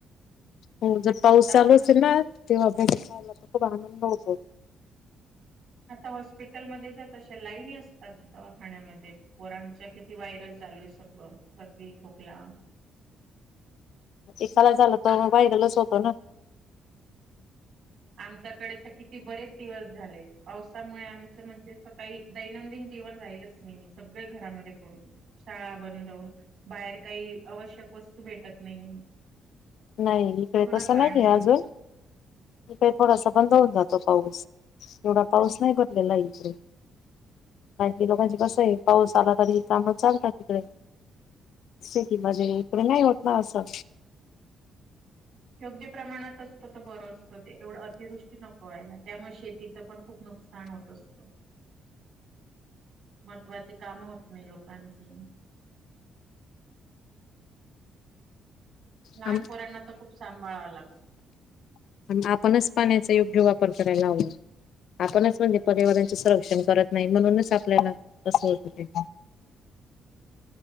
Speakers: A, on the left (about 70°); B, on the right (about 65°).
A: हो जर पाऊस
B: आता
A: चालू
B: पण
A: असेल ना, तेव्हा भिजतात आला तर खूप आनंद होतो.
B: आता हॉस्पिटलमध्ये जात असत्यात नाही लाईनी असतात दवाखान्यामध्ये, पोरांचा किती वायरल चालूय सगळं सर्दी खोकला.
A: एकाला झालं तर
B: आम
A: व्हायरलंच होतं ना.
B: आमच्याकडे तर किती बरेच दिवस झाले पावसामुळे आमचं म्हणजे सकाळी दैनंदिन जीवन राहिलंच. हम्म नाही सगळे घरामध्ये पडून शाळा बंद बाहेर काही आवश्यक वस्तू भेटत नाही.
A: नाही इकडे
B: पूर्ण
A: तसं
B: पाणी
A: नाहीये अजून
B: भरलं.
A: इकडे थोडासा बंद होऊन जातो पाऊस,
B: हम्म.
A: एवढा पाऊस नाही भरलेला इकडे. <unintelligible> लोकांचे कस आहे पाऊस आला तरी काम चालतात तिकडे. शेती मध्ये इकडे नाही होत ना असं,
B: योग्य प्रमाणात असतो तर बर असतो ते एवढं अतिवृष्टी नको व्हायला त्यामुळे शेती शेती तिचं पण खूप नुकसान होत असतं. महत्त्वाचे काम होत नाही लोकांचे. लहानपोरांना
A: आम
B: तर खूप सांभाळावा लागतो.
A: आपणच पाण्याचा योग्य वापर करायला हवा. आपणच म्हणजे पर्यावरणाच संरक्षण करत नाही, म्हणूनच आपल्याला असं होत ते